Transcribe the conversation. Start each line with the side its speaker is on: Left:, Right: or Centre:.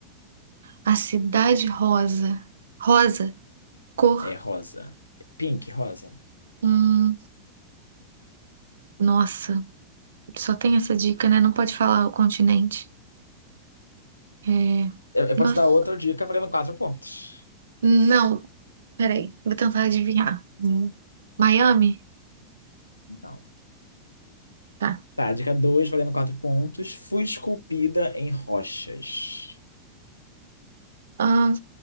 Right: A cidade rosa. Rosa, cor.
Left: É rosa. Pink, rosa.
Right: Hum, nossa, só tem essa dica, né? Não pode falar o continente. É,
Left: Eu, eu
Right: Nossa.
Left: posso dar outra dica valendo quatro pontos.
Right: Não, peraí. Vou tentar adivinhar. Hum, Miami?
Left: Não.
Right: Tá.
Left: Tá, dica 2 valendo 4 pontos. Fui esculpida em rochas.
Right: Ahn,